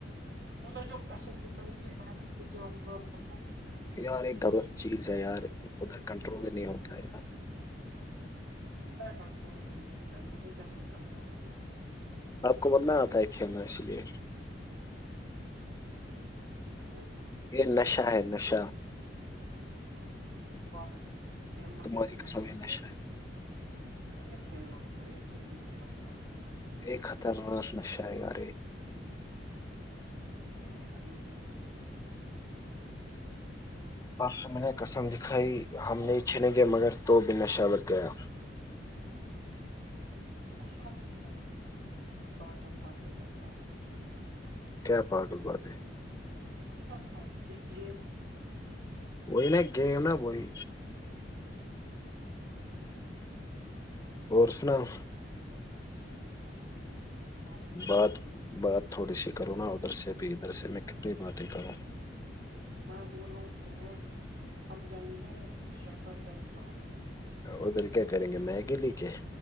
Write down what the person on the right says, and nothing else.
نے جو پسند کا کہ میں نہیں جاؤں گا بت
کنٹرول نہیں ہوتا ہے مجھے کیسے کنٹرول ہوتا ہے
<inaudible>
پارک میں کھیلنا
کودنا
میں
ابھی کھیل رہا ہوں ہوتی ہے
دکھائیے کیا د <inaudible>
نشہ نہیں بادل پاتے کرتا
اشا کا یہ گیم
<inaudible>
میں بول رہا ہوں تمہیں ہم جائیں گے شنکراچاری پہاڑ پر